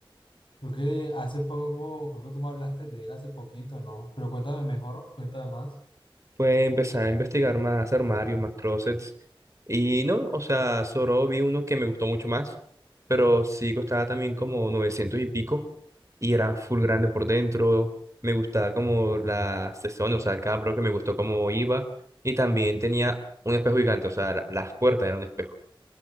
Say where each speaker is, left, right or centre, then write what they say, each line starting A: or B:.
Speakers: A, on the left (about 60°); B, on the right (about 35°).
A: Creo que hace poco, creo que tú me hablaste de él hace poquito, ¿no? Pero cuéntame mejor, cuéntame más.
B: Pues empecé a investigar más armarios, más closets. Y no, o sea, solo vi uno que me gustó mucho más, pero sí costaba también como 900 y pico. Y era full grande por dentro. Me gustaba como la sección, o sea, el cada que me gustó cómo iba. Y también tenía un espejo gigante, o sea, la- las puertas eran un espejo.